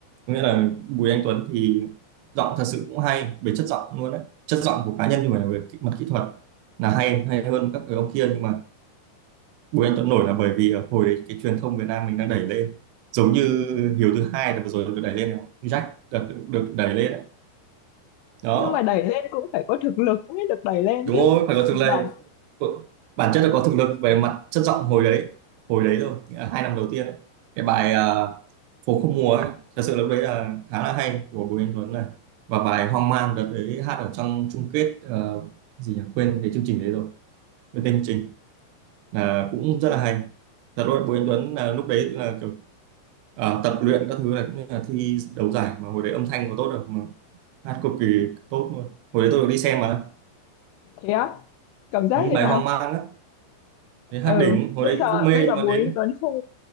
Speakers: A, on the right; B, on the left.
A: nghĩa là Bùi Anh Tuấn thì giọng thật sự cũng hay về chất giọng luôn á chất giọng của cá nhân nhưng mà về kỹ- mặt kỹ thuật là hay hay hơn các cái ông kia nhưng mà Bùi Anh Tuấn nổi là bởi vì hồi đấy cái truyền thông Việt Nam mình đang đẩy lên giống như Hiếu thứ hai là vừa rồi được đẩy lên này, Jack được, được đẩy lên đấy. đó
B: nhưng mà đẩy lên cũng phải có thực lực mới được đẩy lên
A: đúng
B: chứ
A: rồi phải có thực lực
B: bạn
A: bản chất là có thực lực về mặt chất giọng hồi đấy hồi đấy rồi nghĩa là hai năm đầu tiên ấy. cái bài à, phố không mùa ấy thật sự lúc đấy là khá là hay của Bùi Anh Tuấn này và bài hoang mang đợt đấy hát ở trong chung kết ờ, gì nhỉ quên cái chương trình đấy rồi quên tên chương trình là cũng rất là hay thật rồi Bùi Anh Tuấn là lúc đấy là kiểu ờ, tập luyện các thứ là cũng như là thi đấu giải mà hồi đấy âm thanh có tốt được mà hát cực kỳ tốt luôn hồi đấy tôi được đi xem mà
B: thế á cảm giác
A: ừ,
B: thế
A: bài
B: nào
A: hoang mang á thế hát
B: ừ
A: đỉnh hồi
B: bây
A: đấy
B: giờ
A: cũng mê
B: bây giờ
A: nhưng
B: Bùi
A: mà đến
B: Anh Tuấn không